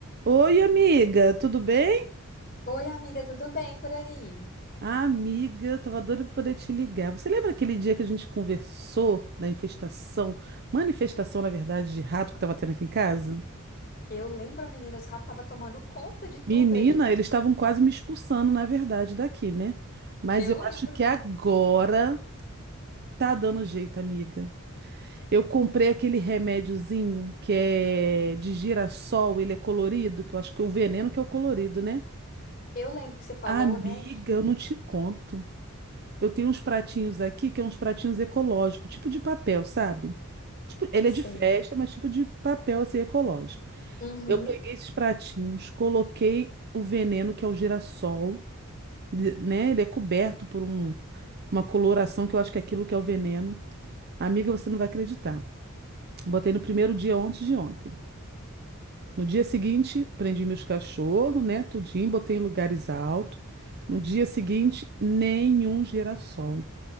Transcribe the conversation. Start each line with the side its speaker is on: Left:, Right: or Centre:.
Right: Oi, amiga, tudo bem?
Left: Oi, amiga, tudo bem por aí?
Right: Ah, amiga, eu tava doida pra poder te ligar. Você lembra aquele dia que a gente conversou da infestação, manifestação, na verdade, de rato que tava tendo aqui em casa?
Left: Eu lembro, menina, os ratos estavam tomando conta de tudo
Right: Menina,
Left: aí.
Right: eles estavam quase me expulsando, na verdade, daqui, né? Mas
Left: Eu
Right: eu
Left: lembro.
Right: acho que agora tá dando jeito, amiga. Eu comprei aquele remédiozinho que é de girassol, ele é colorido, que eu acho que é o veneno que é o colorido, né?
Left: Eu lembro que você falou,
Right: Amiga,
Left: né? que-
Right: eu não te conto. Eu tenho uns pratinhos aqui que é uns pratinhos ecológicos, tipo de papel, sabe? Tipo, ele
Left: Sei.
Right: é de festa, mas tipo de papel assim ecológico.
Left: Uhum.
Right: Eu peguei esses pratinhos, coloquei o veneno que é o girassol, de- né? Ele é coberto por um- uma coloração que eu acho que é aquilo que é o veneno. Amiga, você não vai acreditar. Botei no primeiro dia antes de ontem. No dia seguinte, prendi meus cachorros, né? Tudinho, botei em lugares altos. No dia seguinte, nenhum girassol.